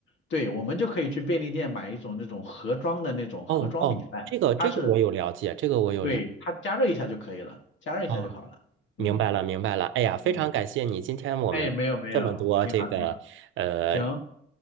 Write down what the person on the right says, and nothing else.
哦哦，这个这个我有了解，
这个我有了
啊，
明白了明白了。哎呀，非常感谢你，
今天我们这么多这个呃，